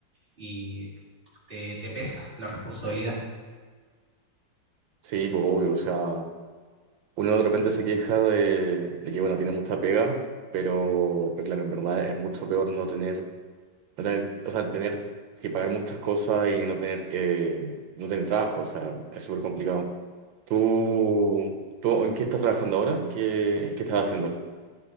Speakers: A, on the right; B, on the right.
A: y te, te pesa la responsabilidad.
B: Sí, pues obvio, o sea, uno de repente se queja de, de que, bueno, tiene mucha pega, pero, pero claro, en verdad es mucho peor no tener, no tener, o sea, tener que pagar muchas cosas y no tener, eh, no tener trabajo, o sea, es súper complicado. ¿Tú, tú en qué estás trabajando ahora? ¿Qué, qué estás haciendo?